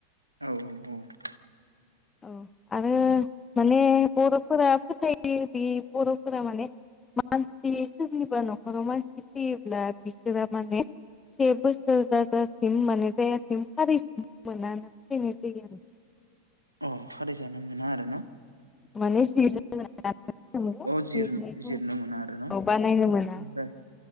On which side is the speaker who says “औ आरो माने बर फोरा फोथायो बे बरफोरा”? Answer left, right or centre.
Left